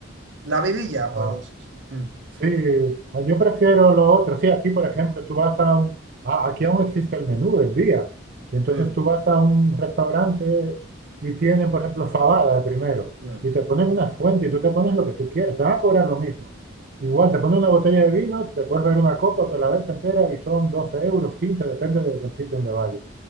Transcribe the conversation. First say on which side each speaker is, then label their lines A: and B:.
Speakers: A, on the right; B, on the right.
A: la vidilla,
B: ah,
A: pues. Mm,
B: sí, ah, yo prefiero lo otro. Sí, aquí, por ejemplo, tú vas a un, a- aquí aún existe el menú del día. Entonces
A: Mm,
B: tú vas a un restaurante y tienen, por ejemplo, fabada de primero
A: mm.
B: y te ponen una fuente y tú te pones lo que tú quieres, te van a cobrar lo mismo. Igual te ponen una botella de vino, te puedes ver una copa o te la ves entera y son 12 euros, 15 depende de- del sitio donde vayas.